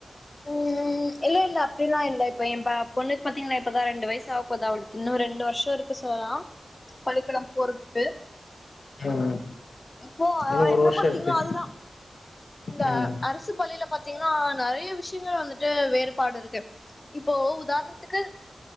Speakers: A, on the left; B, on the left.
A: ம் இல்ல இல்ல அப்படியெல்லாம் இல்ல இப்ப பொண்ணு பாத்தீன்னா இப்பதான் ரெண்டு வயசு ஆக இன்னும் ரெண்டு வருஷம் இருக்கு சொன் பள்ளிக்கடம் போறதுக்கு
B: ம்
A: இப்போ
B: இன்னு ஒரு
A: என்ன
B: வருஷோ
A: பாத்தீங்கன்னா
B: இருக்கு
A: அதுதான் இந்த
B: ம்
A: அரசு பள்ளியில பாத்தீங்கன்னா நிறைய விஷயங்கள் வந்து வேறுபாடு இருக்கு இப்போ உதாரணத்துக்கு